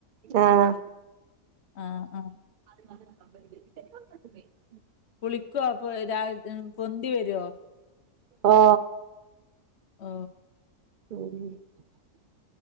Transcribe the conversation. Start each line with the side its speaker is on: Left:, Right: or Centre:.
Right: ആഹ്
Left: ആഹ് ആഹ്.
Right: <unintelligible>
Left: പുളിക്കുവ അപ്പൊ രാ പൊന്തി വരുവോ?
Right: ഓ.
Left: ഓ
Right: <unintelligible>